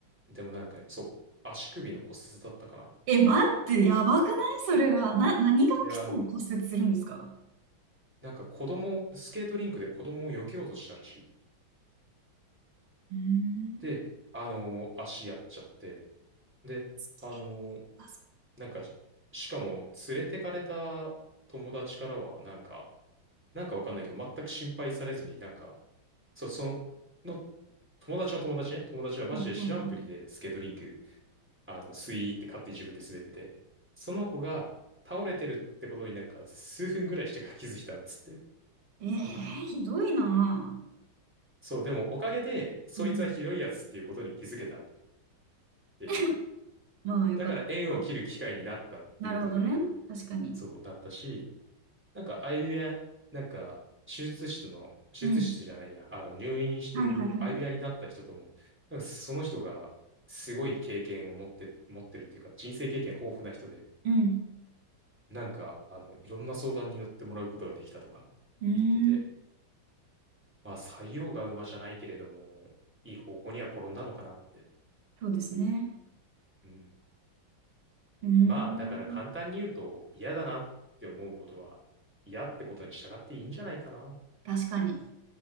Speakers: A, in the centre; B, on the right (about 85°).
A: でもなんか、そう、足首の骨折だったかな。
B: え、待って、やばくないそれは。な、何が起きたら骨折するんですか
A: で、あの、なんか子供、スケートリンクで子供を避けようとしたらしい。
B: うーん。
A: で、あの、足やっちゃって、で、
B: スキー
A: あの、
B: あ、そ
A: なんか、しかも連れてかれた友達からは、なんか、なんかわかんないけど、全く心配されずに、なんか、そう、その、の友達の友達ね、友達はマジで知らんぷりでスケートリンク、
B: う。はいはいはい。
A: あの、スイーって勝手に自分で滑ってて、その子が倒れてるってことになんか数分ぐらいしてから気づいたっつって。
B: えー、ひどいな
A: そう、でもおかげで、そいつはひどいやつっていうことに気づけたっ
B: ぁうん。
A: ていう。
B: <laughs> まあ、よかった。
A: だから縁を切る機会になったっていうことで、
B: なるほどね。確かに。
A: そうなったし、なんか相部屋、なんか手術室の、手術室じゃないや、
B: うん。
A: あの入院してる相部屋になった人とも、
B: はいはいはい。
A: なんかその人がすごい経験を持って、持ってるっていうか人生経験豊富な人で、
B: うん。
A: なんかあのいろんな相談に乗ってもらうことができたとか言ってて、
B: うーん。
A: まあ採用が馬じゃないけれども、いい方向には転んだのかなって。
B: そうですね。
A: うん。
B: うーん。
A: まあだから簡単に言うと嫌だなって思うことは嫌ってことに従っていいんじゃないかな。
B: 確かに。